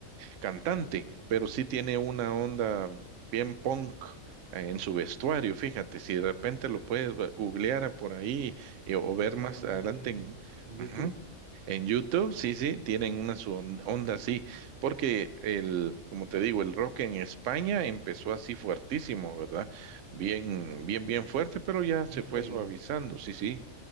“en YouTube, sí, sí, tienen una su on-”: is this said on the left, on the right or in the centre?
Right